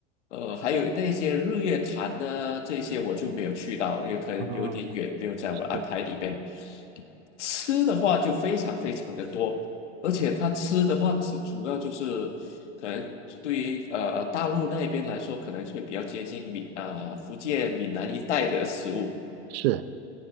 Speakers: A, on the left; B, on the right.
A: 呃，还有那些日月潭呢，这些我就没有去到，也可能有点远，
B: 啊，
A: 没有在我安排里边。
B: 是
A: 吃的话就非常非常的多，而且它吃的话主主要就是可能对于呃大陆那边来说，可能会比较接近闽啊、福建闽南一带的食物。
B: 是